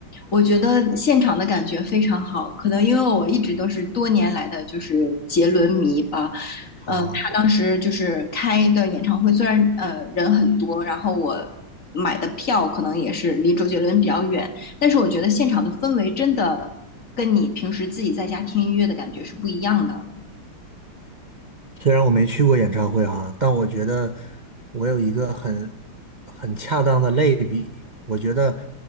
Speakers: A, on the left; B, on the right.
A: 我觉得现场的感觉非常好，可能因为我一直都是多年来的就是杰伦迷吧。
B: 啊。
A: 呃，他当时就是开的演唱会，虽然呃人很多，然后我买的票可能也是离周杰伦比较远，但是我觉得现场的氛围真的跟你平时自己在家听音乐的感觉是不一样的。
B: 虽然我没去过演唱会哈，但我觉得我有一个很很恰当的类比。我觉得